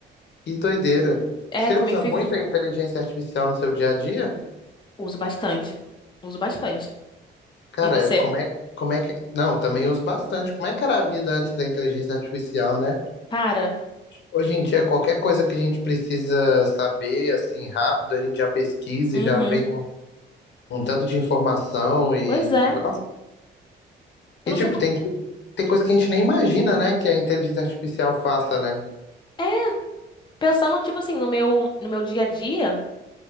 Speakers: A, on the left (about 60°); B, on the left (about 25°).
A: que doideira.
B: É,
A: Você
B: também
A: usa
B: fi-
A: muito a inteligência artificial no seu dia a dia?
B: uso bastante. Uso bastante.
A: Cara,
B: E você?
A: como é, como é que. Não, também uso bastante. Como é que era a vida antes da inteligência artificial, né?
B: Cara,
A: Hoje em dia, qualquer coisa que a gente precisa saber, assim, rápido, a gente já pesquisa
B: uhum.
A: e já vem um um tanto de informação e.
B: Pois é.
A: Nossa,
B: Eu
A: E,
B: não
A: tipo,
B: sei como.
A: tem, tem coisa que a gente nem imagina, né? Que a inteligência artificial faça, né?
B: É, pensando, tipo assim, no meu, no meu dia a dia,